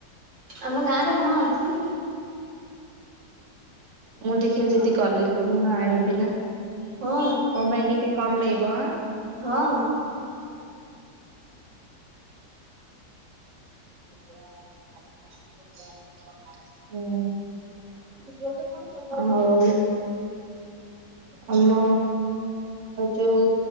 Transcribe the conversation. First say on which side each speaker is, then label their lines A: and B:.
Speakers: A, on the right; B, on the right.
A: ଆମ ଗାଁରେ ହଁ ଅଛି।
B: ମୁଁ ଦେଖିଆ ଯଦି ଗଲି କଉଦିନ ଆଣିବିନା।
A: ହଁ
B: ମୋ ପାଇଁ ଟିକେ କମେଇବ ଆଁ।
A: ହଁ।
B: <unintelligible> ହୁଁ ଆଉ ଆମ ଯୋଉ